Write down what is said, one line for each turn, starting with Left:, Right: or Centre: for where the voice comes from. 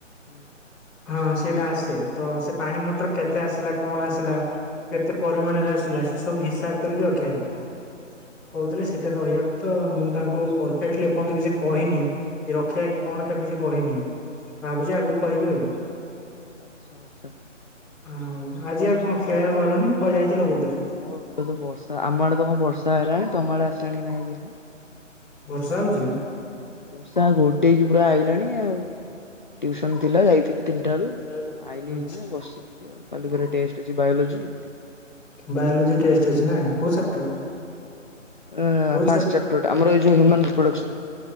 Left: ହୁଁ
Centre: ହଁ ସେଇଟା ଆସେ ତ ସେ ପାଣି ମଟର କେତେ ଆସିଲା କଣ ଆସିଲା କେତେ ପରିମାଣରେ ଆସିଲା ସେ ସବୁ ହିସାବ କରିକି ରଖିବା କଥା। କହୁଥିଲେ ସେଥିରେ ରହିବା ପ ତ ମୁଁ ତାଙ୍କୁ ପରଫେକ୍ଟଲି ଏପର୍ଯ୍ୟନ୍ତ କିଛି କହିନି, କି ରଖିବା କି କଣ ତାକୁ କିଛି କହିନି ଭାବୁଛି ଆଗକୁ କହିବି ଆଉ,
Left: ଆଛା ଆଚ୍ଛା।
Centre: ଆଉ ଆଜି ଆଉ କଣ ଖେଳିବାକୁ
Left: ଆଉ
Centre: ଗଲନି କୁଆଡେ ଯାଇଥିଲ ବୋଧେ
Left: ମୁଁ ଏପଟେ ତ ବର୍ଷା ଆମ ଆଡେ ତ କଣ ବର୍ଷା ହେଲାଣି ତମ ଆଡେ ଆସ ହେଲାଣି ନାହିଁ ଆଜ୍ଞା।
Centre: ବର୍ଷା ହଉଛି?
Left: ବର୍ଷା ଘୋଡେଇକି ପୁରା ଆଇଲାଣି ଆଉ। ଟ୍ୟୁସନ ଥିଲା ଯାଇଥିଲି ତିନିଟା ବେଳୁ
Centre: ବେଳୁ
Left: ଆଇଲି ହେଇନା ବସିିକେ ଆଉ କାଲି ଫେରେ ଟେଷ୍ଟ ଆଜି ବାୟୋଲୋଜି
Centre: ବାୟୋଲୋଜି ଟେଷ୍ଟ ଅଛି ନା କୋଉ ଚାପ୍ଟର?
Left: ଟା
Centre: କୋଉ
Left: ଫାର୍ଷ୍ଟ ଚାପ୍ଟର ଟା ଆମର ଏଇ ଯୋଉ ହୁଆମ୍ ରିପ୍ରଡକ୍ସନ,